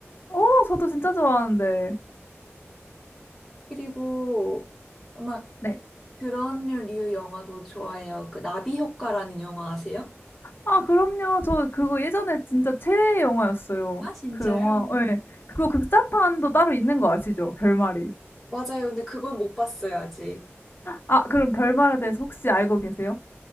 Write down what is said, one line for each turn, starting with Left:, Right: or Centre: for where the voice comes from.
Left: 오, 저도 진짜 좋아하는데.
Centre: 그리고 막
Left: 네.
Centre: 그런 류 영화도 좋아해요. 그 나비 효과라는 영화 아세요?
Left: 아, 그럼요. 저 그거 예전에 진짜 최애 영화였어요.
Centre: 아, 진짜요?
Left: 그 영화, 예. 그거 극장판도 따로 있는 거 아시죠? 결말이.
Centre: 맞아요. 근데 그건 못 봤어요, 아직.
Left: 아, 그럼 결말에 대해서 혹시 알고 계세요?